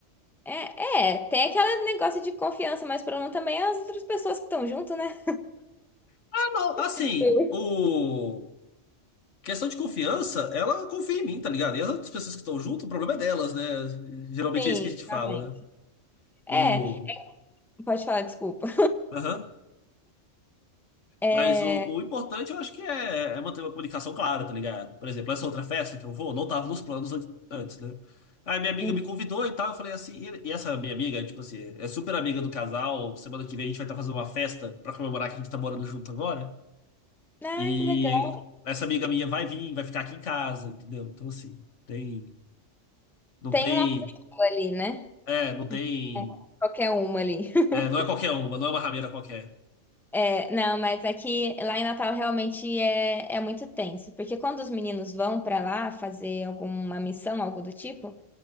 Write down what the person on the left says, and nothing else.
Ah, não, assim,
o... Questão de confiança, ela confia em mim, tá ligado? E as outras pessoas que estão junto, o problema é delas, né? Geralmente
é isso que a gente fala,
né? O...
Aham.
Mas o, o importante eu acho que é, é manter uma comunicação clara, tá ligado? Por exemplo, essa outra festa que eu vou, não tava nos planos an- antes, né? Aí minha amiga
me convidou e tal, eu falei assim, e, e essa minha amiga, tipo assim, é super amiga do casal, semana que vem a gente vai estar fazendo uma festa pra comemorar que a gente tá morando junto agora.
E
essa amiga minha vai vir, vai ficar aqui em casa, entendeu? Então assim, tem, não
tem,
é, não tem,
é, não é qualquer uma, não é uma rameira qualquer.